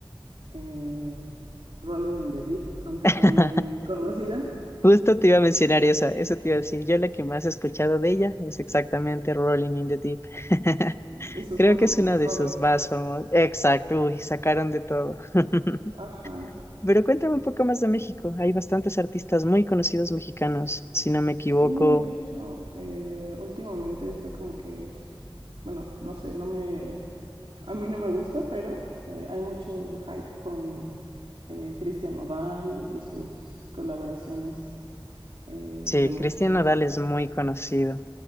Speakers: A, on the right; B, on the left.
A: eh, Rolling in the Deep, aunque
B: <laughs>
A: sea muy conocida.
B: Justo te iba a mencionar esa, eso te iba a decir. Yo la que más he escuchado de ella es exactamente Rolling in the Deep. <laughs>
A: Y sus
B: Creo
A: múltiples
B: que es una
A: covers.
B: de sus más famosas. Exacto, uy, sacaron de todo. <laughs>
A: Ajá.
B: Pero cuéntame un poco más de México. Hay bastantes artistas muy conocidos mexicanos, si no me equivoco.
A: Sí, de hecho, eh, últimamente está como que, bueno, no sé, no me, a mí no me gusta, pero eh, hay mucho hype con eh, Cristian Nodal y sus colaboraciones eh,
B: Sí,
A: de música.
B: Cristian Nodal es muy conocido.